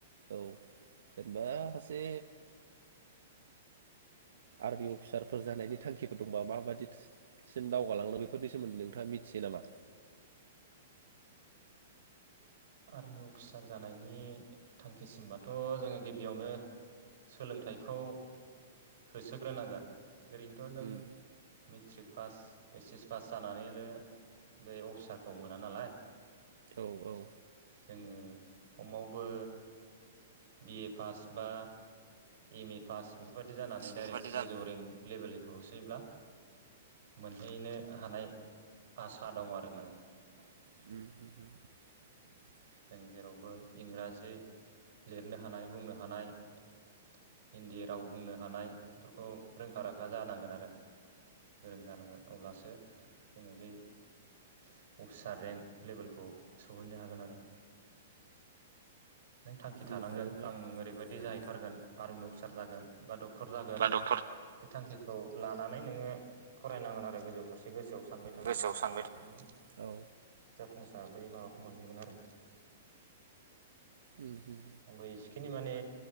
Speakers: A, on the right; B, on the right.
A: औ जेनेबा सासे आर्मि अफिसारफोर जानायनि थांखिफोर दंबा माबायदिसिम दावगालांनो बेफोरनि सोमोन्दै नोंथाङा मिथियो नामा
B: आर्मि अफिसार जानायनि थांखिसिमबाथ' जोङो गिबियावनो सोलोंथाइखौ होसोग्रोनांगोन ओरैनोथ' जों
A: उम
B: मेट्रिक पास ओइस एस पास जानानैल' बे अफिसारखौ मोना नालाय
A: औ औ
B: जोङो खमावबो बिए पास बा एम ए पास बेफोरबाद बिदि जानानै
A: बेफोरबायदि
B: डाइरेक्ट
A: जानो
B: गोजौ रें लेभेलनिखौ होसोयोब्ला मोनहैनो हानाय आसा दं आरो माने
A: <inaudible>
B: जों जेरावबो इंराजि लिरनो हानाय बुंनो हानाय <inaudible> हिन्दी राव बुंनो हानाय खौ रोंखा राखा जानांगोन आरो गोरों जानांगोन अब्लासो जोङो बै अफिसार रेंक लेभेलखौ सहैनो हागोन आरो <inaudible> नों थांखि थानांगोन
A: बुंनो थाङोब्ला
B: आं ओरैबायदि जाहैथारगोन
A: उम
B: आर्मि अफिसार जागोन बा डक्टर जागोन
A: बा डक्टर
B: बे थांखिखौ लानानै नोङो फरायनांगोन आरो गोजौ फारसे सानबाय थानानै
A: गोसोआव सानबाय
B: अब्लासो नों
A: औ
B: जाफुंसार बै माबाखौ मोनहैगोन आरो <inaudible>
A: उम उम
B: आंबो एसेखिनि माने